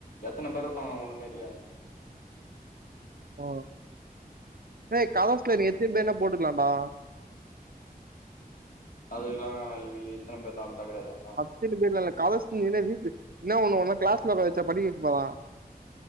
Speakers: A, on the left; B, on the right.
A: எத்தன பேருப்பாங்க உங்க மாரியா
B: ஓ ஏ கலர்ஸ்ல நீ எத்தின்னி வேனா போட்டுக்கலாம்டா
A: அதுக்கெல்லா இவி இத்தன பேர் தா அப்டிலா கெடையாதா
B: அப்பின்னு பேர்லா இல்ல கத சொன்னின்னா வீட்டு என்னா ஒண்ணும் உன்ன கிளாஸ்ல வச்சா படிக்க வைக்க போறான்